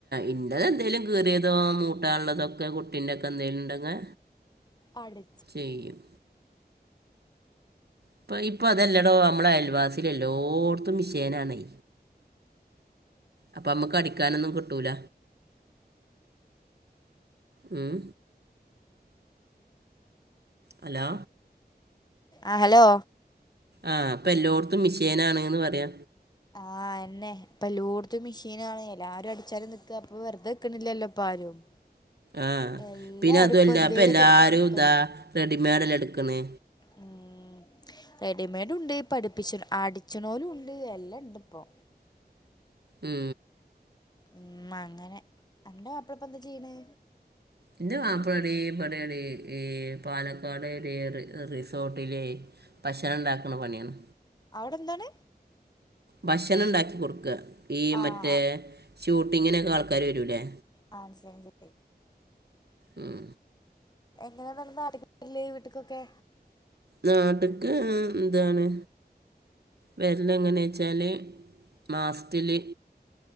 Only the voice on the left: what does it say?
അടി
ആഹ് ഹലോ
ആഹ് എന്നെ ഇപ്പ ലൂടത്ത് മെഷീൻ ആണ് എല്ലാരും അടിച്ചാലും നിക്കുവ അപ്പൊ വെറുത വെക്കണില്ലല്ലോ ഇപ്പ ആരും
എല്ലാരും
ഇപ്പൊ എന്തേലൊക്കായിട്ട്
പണിട്ത്തോണ്ട്ക്കാ
ഉം റെഡിമെഡ് ഉണ്ട് പഠിപ്പിച്ച അടിച്ചണോലും ഉണ്ട് എല്ലാം ഇണ്ട്പ്പൊ
ഉം അങ്ങനെ അന്റെ മാപ്പള എന്താ ചെയ്യണേ
അവിടെന്താണ്
ആഹ്
ആ മനസിലായി മസി
എങ്ങനെയ അന്നേരം നാട്ടിക്ക് വരല് വീട്ടിക്കൊക്കെ